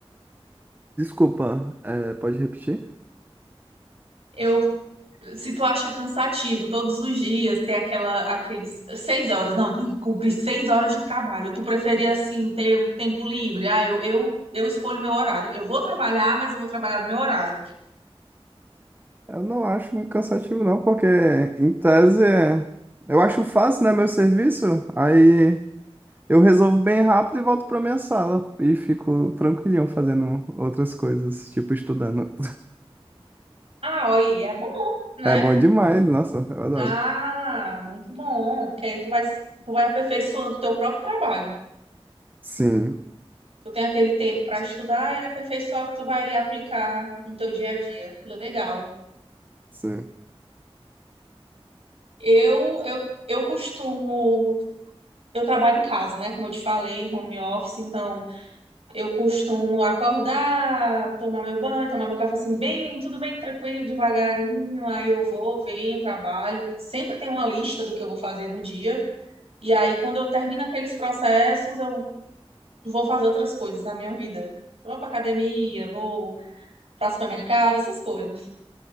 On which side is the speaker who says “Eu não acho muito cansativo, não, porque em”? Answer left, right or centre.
Right